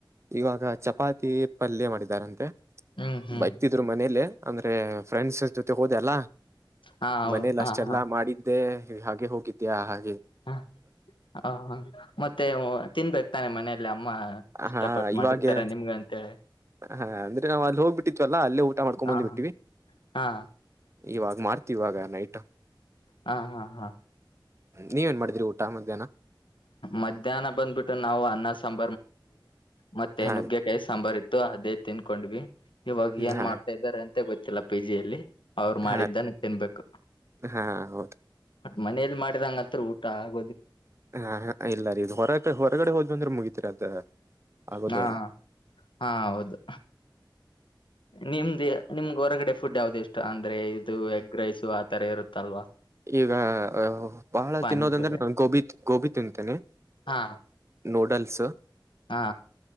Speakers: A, on the right; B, on the left.
A: ಇವಾಗ ಚಪಾತಿ ಪಲ್ಯ ಮಾಡಿದಾರಂತೆ
B: ಹ್ಮ್ ಹ್ಮ್
A: ಬೈತಿದ್ರು ಮನೇಲೆೇ ಅಂದ್ರೆ ಫ್ರೆಂಡ್ಸ್ ಜೊತೆ ಹೋದೆ ಅಲ್ಲ
B: ಹಾ ಹೌದು
A: ಮನೇಲಿ
B: ಹಾ
A: ಅಷ್ಟೆಲ್ಲಾ
B: ಹಾ
A: ಮಾಡಿದ್ದೆ ಹಾಗೆ ಹೋಗಿತ್ತು ಯಾ ಹೈ
B: ಹ ಹ ಮತ್ತೆ ತಿನ್ಬೇಕತಾನೆ ಮನೇೆಯಲ್ಲಿ ಅಮ್ಮ ಇಷ್ಟಪಟ್ಟು
A: ಹಾ ಇವಾಗೆ
B: ಮಾಡಿರ್ತಾರೆ ನಿಮ್ಗೆ ಅಂತೇಳಿ
A: ಹಾ ಅಂದ್ರೆ ನಾವವು ಅಲ್ಲಿ ಹೋಗ್ಬಿಟ್ಟಿತ್ತುವಲ್ಲಾ ಅಲ್ಲೇ ಊಟ ಮಾಡ್ಕೊಂಡ
B: ಹ
A: ಬಂದ್ ಬಿಟ್ಟೀವಿ
B: ಹಾ
A: ಇವಾಗ ಮಾಡ್ತಿವಾಗ ನೈಟ್
B: ಹಾ ಹಾ ಹಾ
A: ನೀವೇನ್ ಮಾಡಿದ್ರಿ ಊಟ ಮಧ್ಯಾಹ್ನ
B: ಮಧ್ಯಾಹ್ನ ಬಂದ್ಬಿಟ್ಟುೆ ನಾವು ಅನ್ನ ಸಾಂಬ ಮತ್ತೆ
A: ಹಾ
B: ನುಗ್ಗೆಕಾಯಿ
A: ರೀ
B: ಸಾಂಬಾರಿತ್ತು ಅದೇ ತಿನ್ಕೊಂಡ್ವಿ ಇವಾಗ ಏನ್
A: ಹಾ
B: ಮಾಡ್ತಾ ಇದಾರೆ ಅಂತ ಮತ್ತ ಗೊತ್ತಿಲ್ಲ ಪಿಜಿಯಲ್ಲಿ ಅವ್ರು ಮಾಡಿದ್ದಾನ
A: ಹಾ
B: ತಿನ್ಬೇಕು
A: ಹಾ ಹೌದು
B: ಮನೇಲಿ ಮಾಡಿದಂಗ ಹತ್ರ ಆಗ
A: ಹಾ ಹ ಇಲ್ಲ ರೀ ಇ್ ಹೊರ ಹೊರಗಡೆ ಹೋದ್ ಅಂದ್ರೆ ಮುಗತಿರಿ ಅದ ಆಗೋದೇ
B: ಹಾ
A: ಇಲ್ಲ
B: ಹಾ ಹೌದು ನಿಮ್ದ ನಿಮ್ಗೆ ಹೊರಗಡೆ ಫುಡ್ ಯಾವ್ದ ಇಷ್ಟ ಅಂದ್ರೆ ಇದು ಎಗ್ ರೈಸು ಆ ತರ ಇರುತ್ತಲ್ವಾ
A: ಈಗ ಬಹಳ
B: ಪಾನಿಪುರಿ
A: ತಿನ್ನೋದಂದ್ರೆ ನ ಗೋಬಿ ಗೋಬಿ ತಿಂತೇನೆ
B: ಹಾ
A: ನೋಡಲ್ ಎಸ
B: ಹಾ